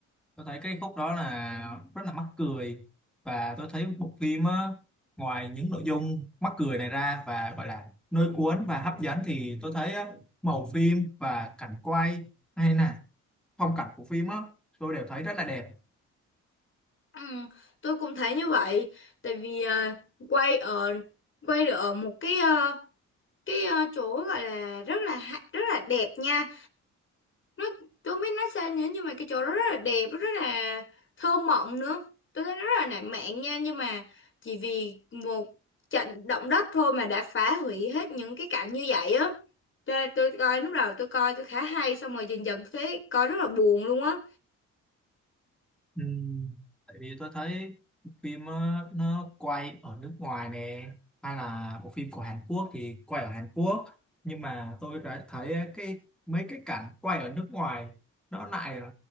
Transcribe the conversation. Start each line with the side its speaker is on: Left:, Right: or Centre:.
Centre: tôi thấy cái khúc đó là rất là mắc cười và tôi thấy bộ phim á, ngoài những nội dung mắc cười này ra và gọi là lôi cuốn và hấp dẫn thì tôi thấy á, màu phim và cảnh quay hay là phong cảnh của phim á, tôi đều thấy rất là đẹp
Left: Ừ, tôi cũng thấy như vậy, tại vì ờ, quay ở quay ở một cái ờ, cái ờ, chỗ gọi là rất là ha- rất là đẹp nha. nó tôi không biết nói sao nữa nhưng mà cái chỗ đó rất là đẹp rất là thơ mộng nữa tôi thấy nó rất là lãng mạn nha nhưng mà chỉ vì một trận động đất thôi mà đã phá hủy hết những cái cảnh như vậy á cho nên tôi coi lúc đầu tôi coi tôi khá hay xong rồi dần dần tôi thấy coi rất là buồn luôn á
Centre: Ừ, tại vì tôi thấy bộ phim ờ, nó quay ở nước ngoài nè hay là bộ phim của Hàn Quốc thì quay ở Hàn Quốc nhưng mà tôi đã thấy cái mấy cái cảnh quay ở nước ngoài nó lại ờ,